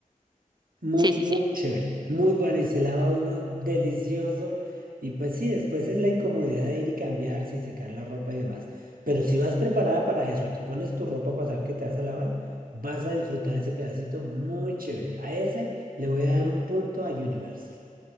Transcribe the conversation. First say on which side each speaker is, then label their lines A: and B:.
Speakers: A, on the right; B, on the right.
A: Muy,
B: Sí, sí,
A: muy
B: sí.
A: chévere, muy bueno y se lava uno delicioso. Y pues sí, después es la incomodidad de ir y cambiarse y secar la ropa y demás. Pero si vas preparada para eso y te pones tu ropa para saber que te vas a lavar, vas a disfrutar ese pedacito muy chévere. A ese le voy a dar un punto a Universal.